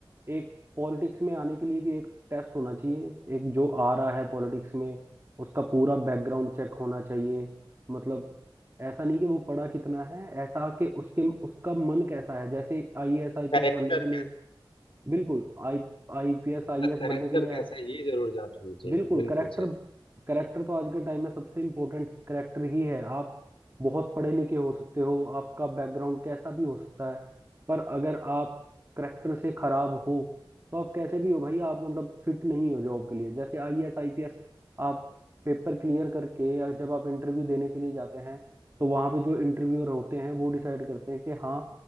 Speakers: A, on the right; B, on the left.
A: एक पॉलिटिक्स में आने के लिए भी एक टेस्ट होना चाहिए एक जो आ रहा है पॉलिटिक्स में उसका पूरा बैकग्राउंड चेक होना चाहिए मतलब ऐसा नहीं कि वो पढ़ा कितना है ऐसा कि उसके उसका मन कैसा है जैसे आईएएस आईपीएस
B: करेक्टर
A: बनने के लिए बिल्कुल आई आईपीएस
B: उसका
A: आईएएस
B: करेक्टर
A: बनने के लिए आया
B: कैसा
A: है
B: है ये जरूर जांच होनी चाहिए
A: बिल्कुल
B: बिल्कुल
A: करेक्टर
B: सही
A: करेक्टर तो आज के टाइम में सबसे इम्पोर्टेंट करेक्टर ही है आप बहुत पढ़े लिखे हो सकते हो आपका बैकग्राउंड कैसा भी हो सकता है पर अगर आप करेक्टर से खराब हो तो आप कैसे भी हो भाई आप मतलब फिट नहीं हो जॉब के लिए जैसे आईएएस आईपीएस आप पेपर क्लियर करके या जब आप इंटरव्यू देने के लिए जाते हैं तो वहां पे जो इंटरव्यूअर होते हैं वो डिसाइड करते हैं कि हाँ